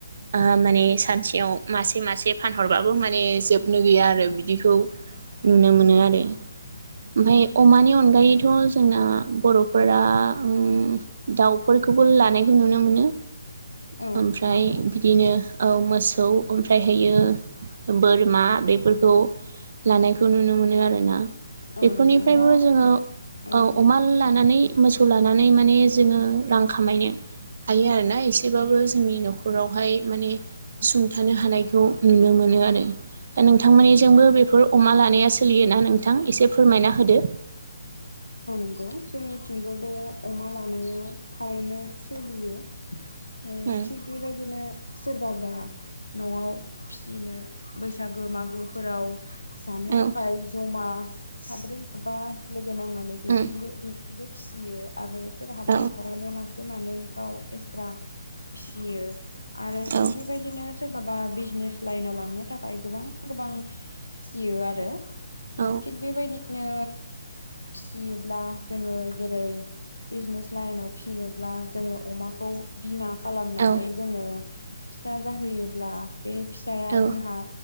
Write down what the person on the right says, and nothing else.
ओ
माने सानसेयाव मासे मासे फानहरबाबो माने जोब नो गैया आरो बिदिखौ नुनो मोनो आरो ओमफ्राय अमानि अनगायै थ' जोंना बर'फोरा ओम दाउफोरखौबो लानायखौ नुनो मोनो
ओमफ्राय बिदिनो औ मोसौ ओमफ्रायहायो बोरमा बेफोरखौ लानायखौ नुनो मोनो आरोना बेफोरनिफ्रायबो
जोङो
ओ अमा लानानै मोसौ लानानै माने जोङो रां खामायनो हायो आरोना एसेबाबो जोंनि न'खरावहाय माने सुंथानो हानाय खौ नुनो मोनो आरो दा नोंथां
मोननिथिंबो
बेफोर अमा ला नाया सोलियोना नोंथां एसे फोरमायना होदो
उम
औ
उम
औ
औ
औ
औ
औ